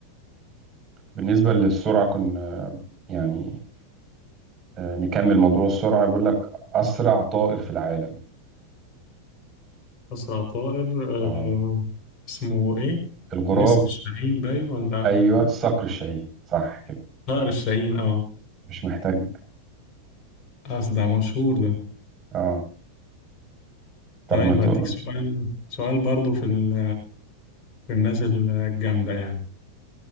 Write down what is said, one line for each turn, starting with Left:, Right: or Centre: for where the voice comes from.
Right: بالنسبة للسرعة كنا يعني آه، نكمل موضوع السرعة يقول لك أسرع طائر في العالم
Left: أسرع طائر آه
Right: اه
Left: اسمه إيه؟
Right: الغراب
Left: نسر الشاهين باين ولا
Right: أيوه الصقر الشاهين صح كده
Left: طائر الشاهين أه
Right: مش محتاج
Left: أصل ده مشهور ده
Right: اه طب
Left: طيب
Right: ما تقول
Left: هديك سؤال سؤال برضه في ال في الناس الجامدة يعني